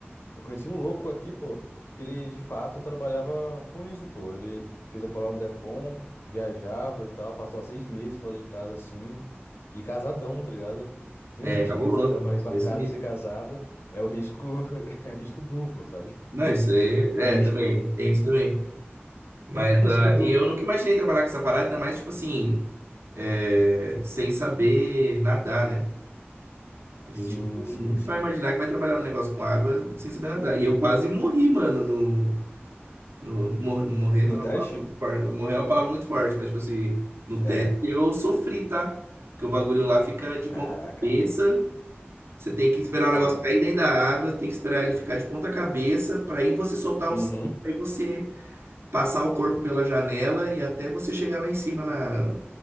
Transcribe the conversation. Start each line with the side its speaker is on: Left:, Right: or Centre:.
Left: eu conheci um louco aqui, pô, que ele de fato trabalhava com isso, pô. Ele fez a prova da Defon, viajava e tal, passou seis meses fora de casa assim, e casadão, tá ligado? Tem
Right: É,
Left: um risco,
Right: cabuloso,
Left: né? Se trabalhar
Right: esquece
Left: embarcado,
Right: nisso.
Left: ser casado, é o risco, <laughs> é risco duplo, sabe?
Right: Não, isso aí, é,
Left: E
Right: também, tem isso também. Mas,
Left: <laughs> risco
Right: ah,
Left: duplo.
Right: e eu nunca imaginei trabalhar com essa parada, ainda mais, tipo assim, é, sem saber nadar, né? A gente
Left: Sim, sim,
Right: nunca
Left: sim.
Right: vai imaginar que vai trabalhar um negócio com água sem saber nadar. E eu quase morri, mano, no, no, mor- morrer,
Left: No
Right: é uma
Left: teste?
Right: palavra- morrer é uma palavra muito forte, mas, tipo assim, no
Left: É.
Right: teste eu sofri, tá? Porque o bagulho lá fica de
Left: Caraca,
Right: ponta cabeça, Você tem que esperar
Left: tá
Right: o negócio
Left: louco,
Right: cair
Left: cara.
Right: dentro da água, tem que esperar ele ficar de ponta cabeça para aí você soltar
Left: Uhum.
Right: o cinto, aí você passar o corpo pela janela e até você chegar lá em cima na